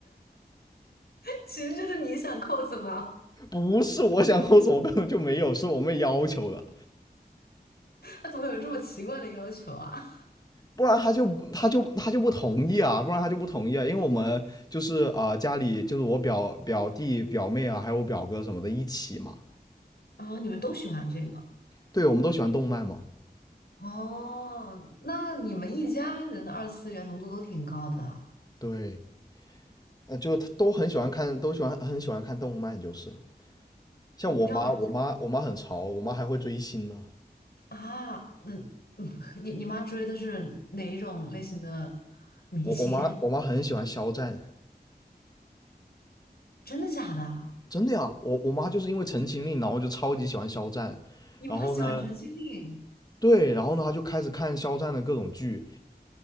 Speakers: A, on the left; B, on the left.
A: <laughs> 其实就是你想扣子吧？
B: 不是我想抠手，我根本就没有，是我妹要求的，
A: 他怎么会有这么奇怪的要求啊？
B: 不然她就她就她就不同意啊，不然她就不同意啊，因为我们就是啊、呃家里就是我表表弟表妹啊，还有我表哥什么的一起嘛，
A: 哦，你们都喜欢这个。
B: 对，我们都喜欢动漫嘛，
A: 哦，那你们一家人的二次元浓度都挺高的，
B: 对，呃，就都很喜欢看，都喜欢很喜欢看动漫，就是像我妈，
A: 我不知道有些
B: 我妈我妈很潮，我妈还会追星呢，
A: 啊，那、<laughs> 嗯你你妈追的是哪一种类型的明星？
B: 我我妈我妈很喜欢肖战，
A: <laughs> 真的假的啊
B: 真的呀，我我妈就是因为《陈情令》，然后就超级喜欢肖战，
A: 你妈喜欢陈情令，
B: 然后呢，对，然后呢，他就开始看肖战的各种剧